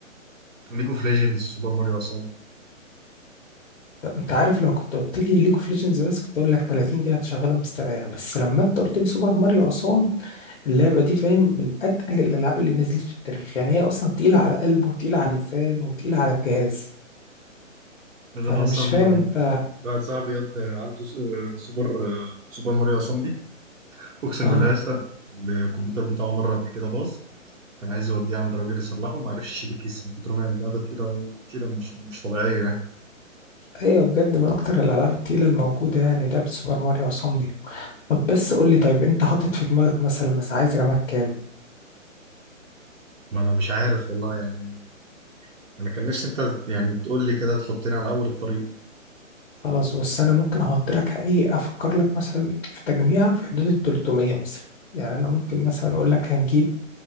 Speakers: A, on the right; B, on the left.
A: ليج اوف ليجندز سوبر ماريو عصام
B: انت عارف لو كنت قلت لي ليج اوف ليجندز بس كنت اقول لك 30 دي هتشغلها مستريح بس لما انت قلت لي سوبر ماريو عصام اللعبة دي فاهم من اتقل الالعاب اللي نزلت في التاريخ يعني هي اصلا تقيلة على القلب وتقيلة على اللسان وتقيلة على الجهاز
A: إذا
B: فانا
A: انا اصلا
B: مش فاهم
A: آه،
B: انت
A: واحد صاحبي ياد- آه، عنده س- آه، سوبر آه، سوبر ماريو عصام دي اقسم
B: اه
A: بالله لسه الكمبيوتر بتاعه مره قبل كده باظ كان عايز يوديه عند راجل يصلحه ما عرفش يشيل الكيس من كتر ما هي اللعبه تقيله تقيله مش مش طبيعيه يعني
B: ايوه بجد من اكتر الالعاب التقيله الموجوده يعني لعبه سوبر ماريو عصام دي طب بس قول لي طيب انت حاطط في دماغك مثلا بس عايز رامات كام
A: ما انا مش عارف والله يعني انا كان نفسي انت يعني تقول لي كده تحطني على اول الطريق
B: خلاص بص انا ممكن احط لك ايه افكر لك مثلا في تجميع في حدود ال 300 مثلا يعني انا ممكن مثلا اقول لك هنجيب